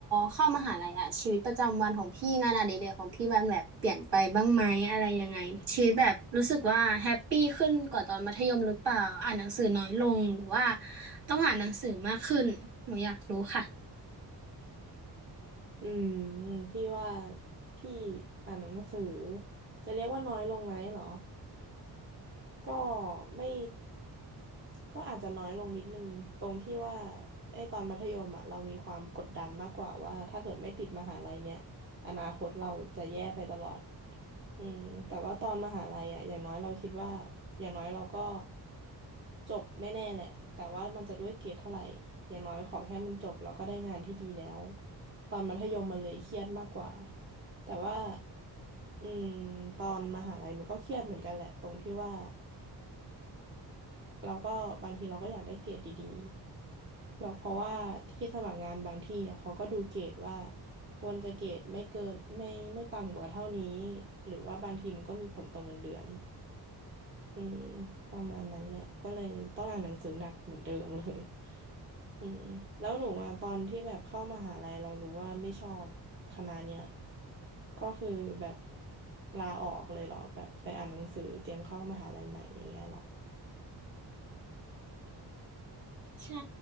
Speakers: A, on the right; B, on the right.
A: เข้ามหาลัยอ่ะชีวิตประจำวันของพี่งานอดิเรกของพี่มันแบบเปลี่ยนไปบ้างไหมอะไรยังไงชีวิตแบบรู้สึกว่าแฮปปี้ขึ้นกว่าตอนมัธยมหรือเปล่าอ่านหนังสือน้อยลงหรือว่าต้องอ่านหนังสือมากขึ้นหนูอยากรู้ค่ะ
B: อืมพี่ว่าพี่อ่านหนังสือจะเรียกว่าน้อยลงไหมเหรอ ก็ไม่ก็อาจจะน้อยลงนิดนึงตรงที่ว่าไอ้ตอนมัธยมอะเรามีความกดดันมากกว่าว่าถ้าเกิดไม่ติดมหาลัยเนี่ยอนาคตเราจะแย่ไปตลอดอืมแต่ว่าตอนมหาลัยอะอย่างน้อยเราคิดว่าอย่างน้อยเราก็จบแน่ๆแหละแต่ว่ามันจะด้วยเกรดเท่าไหร่อย่างน้อยขอแค่มันจบเราก็ได้งานที่ดีแล้วตอนมัธยมมันเลยเครียดมากกว่าแต่ว่าอืมตอนมหาลัยมันก็เครียดเหมือนกันแหละตรงที่ว่า เราก็บางทีเราก็อยากได้เกรดดีๆแบบเพราะว่าที่สมัครงานบางที่อะเขาก็ดูเกรดว่าควรจะเกรดไม่เกินไม่ไม่ต่ำกว่าเท่านี้หรือว่าบางทีมันก็มีผลต่อเงินเดือนอืมประมาณนั้นแหละก็เลยต้องอ่านหนังสือหนักเหมือนเดิมเลย <laughs> อืมแล้วหนูอ่ะตอนที่แบบเข้ามหาลัยเรารู้ว่าไม่ชอบคณะเนี้ยก็คือแบบลาออกเลยเหรอแบบไปอ่านหนังสือเตรียมเข้ามหาลัยใหม่อย่างเงี้ยเหรอ
A: ใช่